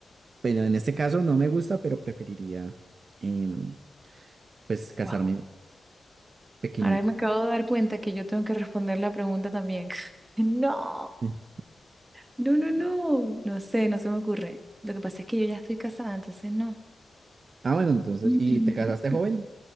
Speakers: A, on the right; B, on the right.
A: bueno, en este caso no me gusta, pero preferiría em, pues casarme
B: Wow.
A: pequeñito.
B: Ahora me acabo de dar cuenta que yo tengo que responder la pregunta también. <laughs> No,
A: Sí.
B: no, no, no. No sé, no se me ocurre. Lo que pasa es que yo ya estoy casada, entonces no.
A: Ah, bueno, entonces,
B: <clears throat>
A: ¿y te casaste joven?